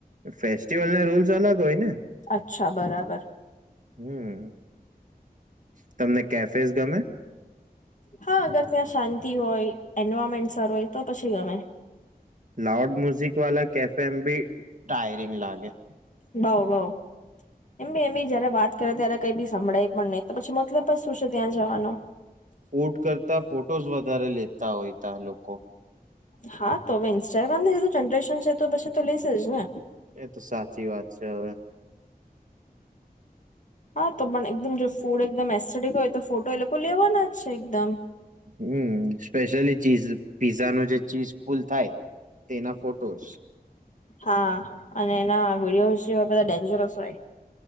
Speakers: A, on the right; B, on the left.
A: ફેસ્ટિવલ ના રૂલ્સ અલગ હોય ને.
B: અચ્છા, બરાબર.
A: હમ તમને કેફેઝ ગમે?
B: હા અગર ત્યાં શાંતિ હોય એન્વાયરમેન્ટ સારું હોય તો પછી ગમે.
A: લાઉડ મ્યુઝિક વાા કેફે એમ બી ટાયરિંગ લાગે.
B: બઉ બઉ, એમ બી એમ બી જયારે વાત કરે ત્યારે કઈ બી સંભળાય પણ નહી તો પછી મતલબ બ શું છે ત્યાં જવાનો.
A: ફૂડ કરતા ફોટોઝ વધારે લેતા હોયતા લોકો.
B: હા તો હવે ઇન્સ્ટાગ્રામીધું જનરેશન છે તો પછી તો લઈશે જ ને.
A: એ તો સાચી વાત છે હવે.
B: હા તો પણ એકદમ જો ફૂડ એકદમ એસથેટિક હોય તો ફોટો એ લોકો લેવાના જ છે એકદમ.
A: હમ સ્પેશયલી ચીઝ પીઝા ન જે ચીઝ ફુલ થાય તેના ફોટોસ.
B: હા અને એના વિડીયો <unintelligible> બધા ડેન્જરસ હોય